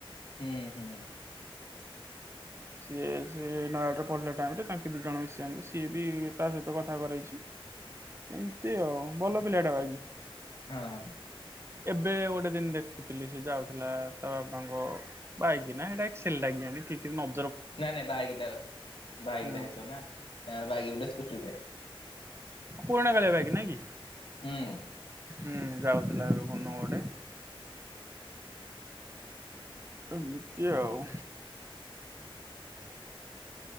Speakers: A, on the left (about 65°); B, on the right (about 25°).
A: ହୁଁ ହୁଁ।
B: ସିଏ ସେ ନୟାଡରେ ପଢିଲା ଟାଇମରେ ତାଙ୍କେ ଦି ଜଣ ମିଶି ଯାଆନ୍ତି ସିଏ ବି ତା ସହିତ କଥା କରେଇଛି। ଏମିତି ଆଉ ଭଲ ପିଲାଟା ବାକି
A: ହଁ।
B: ଏବେ ଗୋଟେ ଦିନ ଦେଖୁଥିଲି ସେ ଯାଉଥିଲା ତା ବାବାଙ୍କ ବାଇକିି ନା ଏଇଟା ଏକ୍ସସେଲଟା ଲାଗି ଆଣିିକ ନ
A: ନାଇଁ ନାଇଁ ବାଇକ୍ ବାଇକଟା
B: ହଁ।
A: ହେଇଥିବ ନା ତାଙ୍କର ବାଇକ ଗୋଟେ ସ୍କୁଟି ଗୋଟେ
B: ପୁରୁଣାକାଳିଆ ବାଇକି ନାଁ କି?
A: ହୁଁ।
B: ହୁଁ ଯାଉଥିଲା ଏବେ କୋଉଦିନ ଗୋଟେ। ଏମିତି ଆଉ